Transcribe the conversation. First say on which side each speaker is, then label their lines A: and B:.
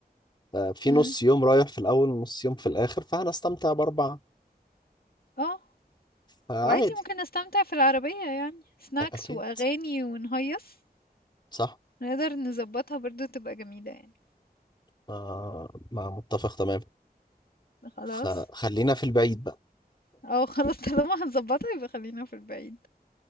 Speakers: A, on the left (about 30°); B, on the left (about 70°).
A: آه، في
B: امم
A: نص يوم رايح في الاول ونص يوم في الاخر فهنستمتع باربعة
B: اه
A: فعادي
B: وعادي ممكن نستمتع في العربية يعني سناكس
A: اكيد
B: واغاني ونهيص
A: صح
B: نقدر نظبطها برضو تبقى جميلة يعني
A: آه مع متفق تمام
B: خلاص
A: فخلينا في البعيد بقى
B: اه خلاص <laughs> طالما هنظبطها يبقى خلينا في البعيد